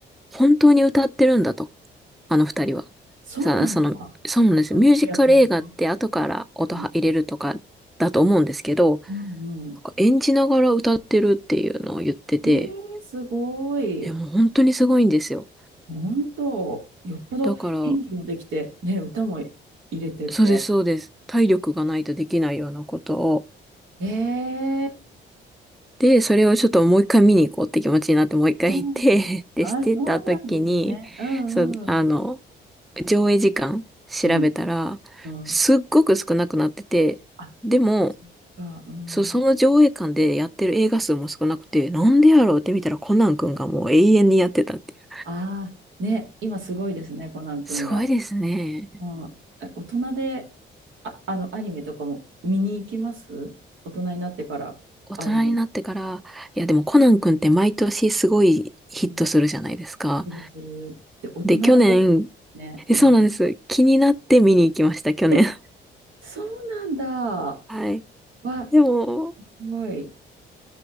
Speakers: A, in the centre; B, on the right (about 75°).
A: 本当に歌ってるんだと、あの二人は。
B: そうなんだ。
A: さその、そうなんですよ。
B: うん主役の人。
A: ミュージカル映画って後から音は入れるとかだと思うんですけど、
B: うんうんうん。
A: なんか演じながら歌ってるっていうのを言ってて、
B: えー、すごい。
A: え、もう本当にすごいんですよ。
B: 本当、よっぽど演技もできて、
A: だから、
B: ね、歌も入れてて。
A: そうです、そうです。体力がないとできないようなことを
B: ええ
A: で、それをちょっともう一回見に行こうって気持ちになって、もう一回行って
B: うん。
A: <laughs> で、
B: あ、
A: してた時に、
B: そうなんですね。うんうん。
A: そう、あの、上映時間調べたら、
B: うん、うん。
A: すっごく少なくなってて、
B: あ、
A: でも、
B: そっか、うん。
A: そう、その上映館でやってる映画数も少なくて、なんでやろうって見たらコナン君がもう永遠にやってたっていう。
B: ああ、ね、今すごいですね、コナン君が。
A: すごいですね。
B: うん。え大人で、あ、あの、アニメとかも見に行きます大人になってからアニメ。
A: 大人になってから、いやでもコナン君って毎年すごいヒットするじゃないですか。
B: うん、するするって大人が多くですね。
A: で、去年、
B: うん。
A: えそうなんです。気になって見に行きました、去年。
B: え、そうなんだ。
A: はい。
B: は、
A: でも、
B: すごい。